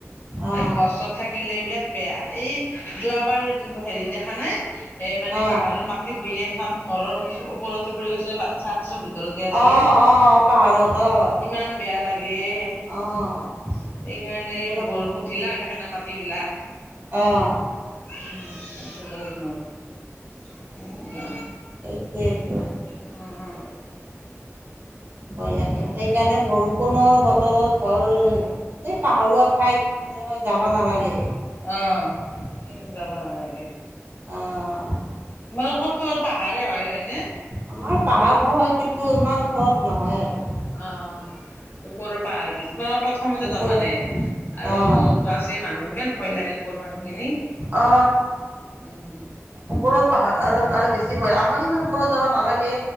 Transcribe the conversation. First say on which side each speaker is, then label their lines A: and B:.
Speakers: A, on the right (about 45°); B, on the left (about 50°).
A: অ' অ'
B: আৰু ঘৰ চৰ থাকিলে বিৰাট বেয়া এই যোৱাবাৰ হেৰিত দেখা নাই! এ, মানে
A: অ'
B: পাহাৰৰ মাটি খহিয়ে এখন ঘৰৰ ওপৰতে পৰি গৈছে বাট বাটচা <unintelligible> ভিতৰতে আছিলে
A: অ' অ' অ' পাহাৰত অ'
B: ইমান বেয়া লাগে! সেইকাৰণে
A: অ' সেইবিলাক
B: বৰষুণ ঢিলা হৈ থাকে না মাটিবলাক।
A: অ'।
B: <inaudible> <inaudible>
A: এইটোৱেই টো।
B: হ' হ'।
A: ভয় লাগে, সেইকাৰণে বৰষুণৰ বতৰত ধৰ এই পাহৰুৱা ঠাইত <unintelligible> যাব নালাগে।
B: অ', সেই <unintelligible> যাব নালাগে।
A: অ',
B: তোমালোকৰ টো আৰু পাহাৰে হয়, হয়নে?
A: আমাৰ পাহাৰ হয়, কিন্তু ইমান ওপৰত নহয় আৰু।
B: অ', ওপৰৰ পাহাৰবিলাক প্ৰথমতে
A: ওপৰত
B: তাৰমানে আৰু
A: অ',
B: ওপৰত আছে মানুহ ইমান ভয় লাগে ওপৰ মানুহখিনি।
A: অ'।
B: উম
A: ওপৰত পাহাৰত আৰু বেছি ভয়, আমাৰ ইমান ওপৰত যাব নালাগে।